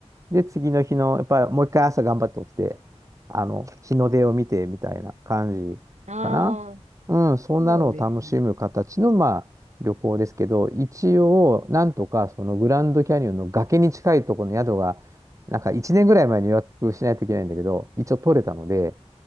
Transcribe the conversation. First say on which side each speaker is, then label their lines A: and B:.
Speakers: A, on the right; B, on the right.
A: で、次の日の、やっぱりもう一回朝頑張って起きて、あの、日の出を見てみたいな感じかな。
B: ああ、
A: うん、そんなのを楽しむ形の、
B: そうですね。
A: まあ、旅行ですけど、一応、なんとか、そのグランドキャニオンの崖に近いところの宿が、なんか1年ぐらい前に予約しないといけないんだけど、一応取れたので、